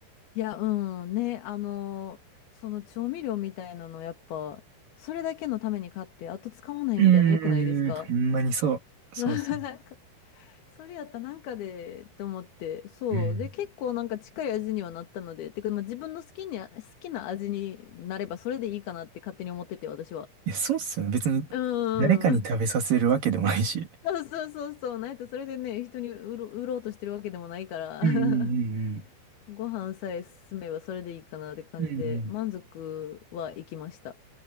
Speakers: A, on the left; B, on the right.
A: いや、うんね、あの、その調味料みたいなのやっぱ、それだけのために買って、あと使わないみたいなの良くないですか
B: うーん。うんほんまにそう。
A: <laughs>
B: そうっすね。
A: なんか <laughs> それやったらなんかで、と思って、そう。
B: うん
A: で、結構なんか近い味にはなったので、てか、まあ、自分の好きに、好きな味になればそれでいいかなって勝手に思ってて、私は。
B: いや、そうっすよね。別に
A: うん
B: 誰かに食べさせるわけでもないし。
A: んん。<laughs> そうそうそうそう。なんやったらそれでね、人に売ろ、売ろうとしてるわけでもないから、
B: うんうん
A: <laughs> ご飯さえ進めばそれでいいかなって感じで、
B: うんうん。うんうん
A: 満足はいきました。